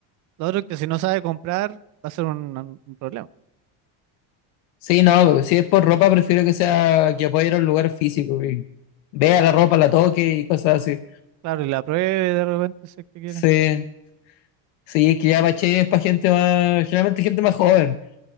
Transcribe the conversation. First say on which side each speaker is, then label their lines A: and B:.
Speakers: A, on the right; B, on the left.
A: Lo otro es que si no sabe comprar, va a ser un, un problema.
B: Sí, no, si es por ropa, prefiero que sea que pueda ir a un lugar físico y vea la ropa, la toque y cosas así.
A: Claro, y la pruebe de repente si es que quiere.
B: Sí, sí, es que ya Bache es para gente más, generalmente gente más joven.